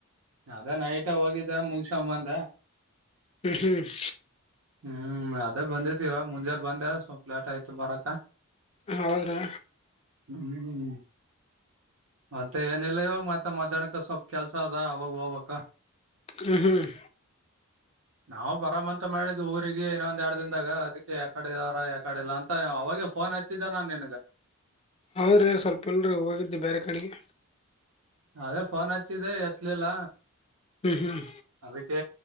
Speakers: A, on the right; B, on the left.
A: ಅದ ನೈಟ್ ಹೋಗಿದ್ದ ಮುಗಸಬಂದ
B: ಹ್ಮ್ ಹ್ಮ್
A: ಹ್ಮ್ ಅದೇ ಬಂದೇತಿ ಇವ ಮುಂಜೆಲ್ ಬಂದೆ ಸ್ವಲ್ಪ ಲಾಟ್ ಆಯ್ತು ಬರಕ
B: ಹೌದ್ರೀ
A: ಹ್ಮ್ ಮತ್ತೆ ಏನಿಲ್ಲ ಇವಾಗ ಮತ್ತ ಮಾತಾಡ್ಕ ಸ್ವಲ್ಪ ಕೆಲ್ಸ ಅದ ಅವಾಗ ಹೋಗ್ಬೇಕಾ
B: ಹ್ಮ್ ಹ್ಮ್
A: ನಾವವು ಬರಾಮಂತ ಮಾಡಿದ್ದ್ ಊರಿಗೆ ಇನ್ನೊಂದ್ ಎರಡ್ ದನ್ದಾಗ ಅದಕ್ಕೆ ಯಾಕಾಾರ ಯಾಕಾಡೆ ಇಲ್ಲಾ ಅಂತ ಅವಾಗ ಫೋನ್ ಹಚ್ಚಿದ್ದ ನಾನ್ ನನ್ಗ
B: ಆದ್ರರೆ ಸ್ವಲ್ಪಲ್ರ ಹೋಗಿದ್ದು ಬೇರೆ ಕಡೆಗೆ
A: ಅದೇ ಫೋನ್ ಹಚ್ಚಿದೆ ಎತ್ಲೆಲ್ಲ
B: ಹ್ಮ್ ಹ್ಮ್
A: ಅದಕ್ಕೆ